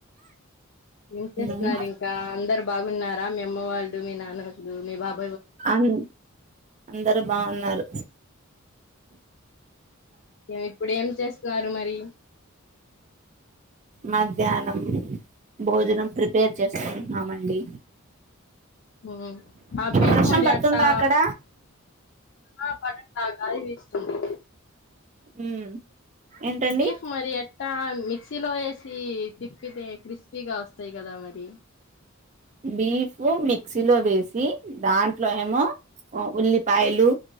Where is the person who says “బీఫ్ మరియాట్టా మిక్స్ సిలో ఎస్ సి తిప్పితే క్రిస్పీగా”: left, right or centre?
Left